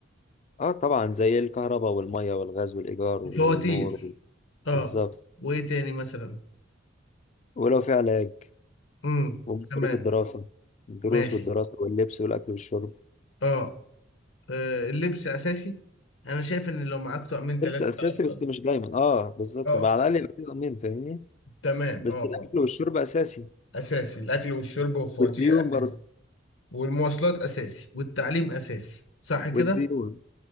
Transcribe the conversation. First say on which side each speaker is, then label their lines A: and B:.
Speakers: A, on the left; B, on the left.
A: اه طبعا زي الكهرباء والميه والغاز والايجار والنور
B: فواتير
A: وال-
B: اه
A: بالظبط
B: وايه تاني مثلا
A: ولو في علاج
B: امم
A: ومصاريف
B: تمام
A: الدراسه الدروس
B: ماشي
A: والدراسه واللبس والاكل والشرب
B: اه آه، اللبس اساسي انا شايف ان لو معاك طقمين ثلاثه
A: لبس اساسي
B: تعرف
A: بس
B: تقضي.
A: مش دايما اه بالظبط
B: اه
A: بقى على الاقل يبقى في ضمان فاهمني
B: تمام
A: بس
B: اه
A: الاكل
B: اه
A: والشرب اساسي
B: اساسي الاكل والشرب والفواتير
A: والديون
B: اساسي
A: برضه
B: والمواصلات اساسي والتعليم اساسي صح كده
A: والديون